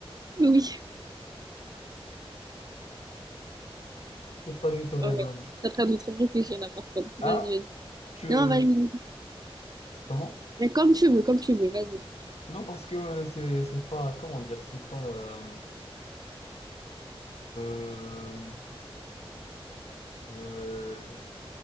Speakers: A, on the right; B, on the left.
A: Oui.
B: C'est pas du tout raisonnable.
A: Ah ouais, t'es en train de trop réfléchir là par contre.
B: Hein?
A: Vas-y, vas-y.
B: Tu...
A: Non, vas-y.
B: Comment?
A: Mais comme tu veux, comme tu veux, vas-y.
B: Non, parce que euh, c'est, c'est pas... Comment dire? C'est pas... euh, euh, euh,